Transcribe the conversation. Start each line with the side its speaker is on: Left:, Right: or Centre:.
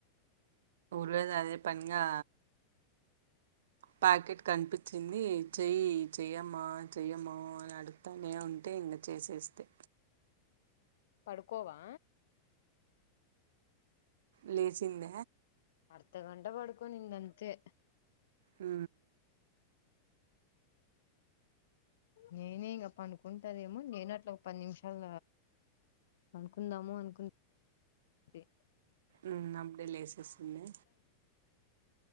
Right: రోజు అదే పనిగా ప్యాకెట్ కనిపించింది చెయ్యి చెయ్యమ్మా చెయ్యమ్మా అని అడుగుతానే ఉంటే ఇంగా చేసేస్తే
Left: పడుకోవా
Right: లేచింద
Left: అర్ధగంట పడుకోనిందంతే
Right: ఊ
Left: నేనే ఇంకా పనుకుంటదేమో నేను అట్లా ఒక పది నిమిషాలు పను కుందాము అనుకుంటి
Right: ఉ అప్పుడే లేసేసింది